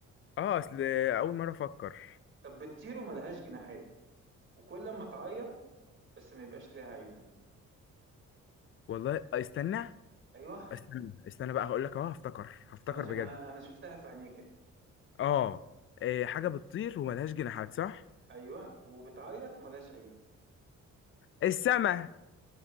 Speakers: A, on the left; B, on the right.
A: أه أصل أول مرة أفكر
B: طب بتطير وملهاش جناحات وكل ما تعيط بس ما يبقاش ليها عيون
A: والله آه، استنى
B: ايوه
A: استنى استنى بقى هقول لك أهو هفتكر هفتكر
B: انا شو
A: بجد
B: انا انا شفتها في عينيك اهي.
A: أه إيه، حاجة بتطير وملهاش جناحات صح؟
B: ايوه وبتعيط ملهاش عين
A: السما